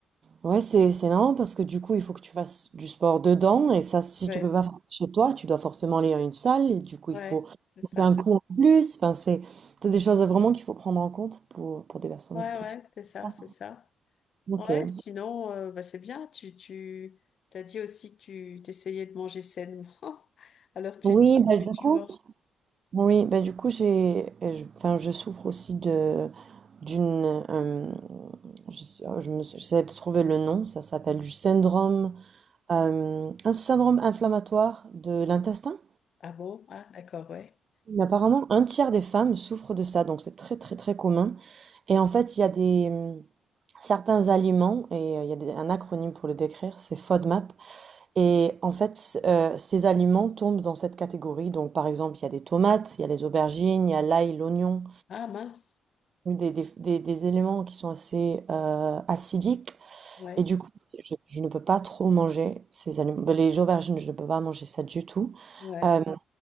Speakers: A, on the right (about 50°); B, on the left (about 55°).
A: Ouais, c'est c'est marrant parce que du coup, il faut que tu fasses du sport dedans et ça, si
B: Ouais,
A: tu peux pas faire ça chez toi, tu dois forcément aller à une salle et du coup,
B: ouais,
A: il faut
B: c'est ça.
A: c'est un coût en plus. Enfin, c'est c'est des choses vraiment qu'il faut prendre en compte pour pour des personnes
B: Ouais,
A: qui
B: ouais,
A: sont
B: c'est ça,
A: font
B: c'est
A: ça.
B: ça.
A: Ok.
B: Ouais, sinon, euh, bah, c'est bien. Tu, tu, t'as dit aussi que tu t'essayais de manger sainement. <laughs> Alors, tu,
A: Oui, bah
B: tu,
A: du
B: tu
A: coup,
B: manges.
A: oui, bah du coup, j'ai, euh, je- enfin, je souffre aussi de d'une, euh, je, sais- oh, je me, suis- j'essaie de trouver le nom. Ça s'appelle du syndrome, euh, un syndrome inflammatoire de l'intestin.
B: Ah bon? Ah, d'accord, ouais.
A: Mais apparemment, un tiers des femmes souffrent de ça, donc c'est très très très commun. Et en fait, il y a des hum, certains aliments, et euh, il y a des- un acronyme pour le décrire, c'est FODMAP. Et en fait, euh, ces aliments tombent dans cette catégorie. Donc par exemple, il y a des tomates, il y a les aubergines, il y a l'ail, l'oignon,
B: Ah, mince.
A: des, des, des- des éléments qui sont assez euh, acidiques.
B: Ouais,
A: Et du coup, c'est- je, je ne peux pas trop manger ces aliments. ben, Les aubergines, je ne peux pas manger ça du tout.
B: ouais.
A: Euh,